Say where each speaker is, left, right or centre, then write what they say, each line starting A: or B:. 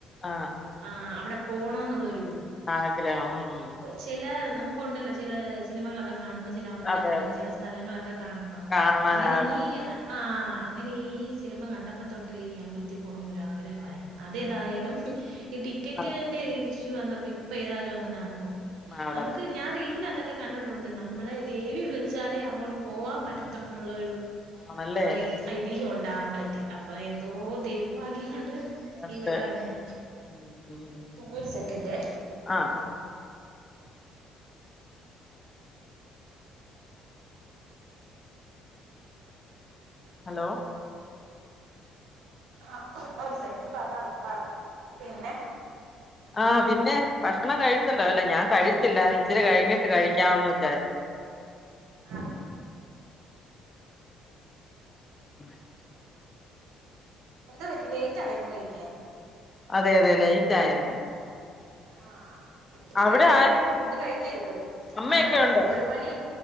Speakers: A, on the left; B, on the right.
A: ആ ആ
B: ആഹ് അവിടെ പോണോന്നുള്ളൊരു
A: ആഗ്രഹം ഉം
B: ചെല നമുക്കുണ്ടല്ലോ ചില സിനിമകളൊക്കെ കാണുമ്പോ ചെല അമ്പലങ്ങള്
A: അതെ അതെ
B: ചെല
A: അതെ
B: സ്ഥലങ്ങളൊക്കെ കാണുബം
A: കാണാൻ
B: അങ്ങനെ
A: ആഗ്രഹം
B: ഈ ആഹ് അങ്ങനെ ഈ സിനിമ കണ്ടപ്പ തൊട്ട് ഈ അമ്പലത്തിൽ പോണോന്ന് ഒര് ആഗ്രഹമായിരുന്നു അതേതായാലും
A: ഉം
B: ഈ
A: ഉം
B: ടിക്കറ്റിന്റെ
A: നട
B: ഇഷ്യൂ ഒര് വന്നപ്പോ ഇപ്പൊ ഏതായാലും അങ്ങ് നടന്നു
A: നടന്ന്
B: നമുക്ക് ഞാ രീലാതൊക്കെ കണ്ടിട്ടുണ്ട് നമ്മളെ ദേവി വിളിച്ചാലേ അങ്ങോട്ട് പോവാൻ പറ്റത്തോന്നുള്ളോരു
A: ആണല്ലേ
B: ആഹ് ഐതിഹ്യം ഉണ്ടാ അമ്പലത്തി അപ്പ എന്തോ ദൈവഭാഗ്യം കൊണ്ട്
A: ഉണ്ട്
B: ഈ വട്ട അങ്ങനെ
A: ഉം ഉം
B: ഒര് സെക്കൻഡേ
A: ആഹ് ആഹ് ഹലോ
B: ആഹ് ഒര്സെക്കൻഡ് പ പറ്ഞ്ഞോ പറ്ഞ്ഞോ പിന്നെ
A: ആഹ് പിന്നെ ഭക്ഷണം കഴിച്ചല്ലോലെ ഞാൻ കഴിച്ചില്ല ഇച്ചിരി
B: ആ
A: കഴിഞ്ഞിട്ട് കഴിക്കാന്ന് വിചാര്
B: അതെയോ
A: <inaudible>
B: എന്തോ പറ്റി ലൈറ്റായോ ഇന്ന് കഴിക്കാൻ
A: അതെ അതെ ലേയ്റ്റായെനേ
B: ആഹ് ഇത്ര
A: അവിടെ
B: ലേയ്റ്റായെന്ന്
A: ആരും
B: ഫുഡ് കഴിക്കരുത്
A: അമ്മയൊക്കെ
B: നമ്മള്
A: ഉണ്ടോ
B: ഒരു മണി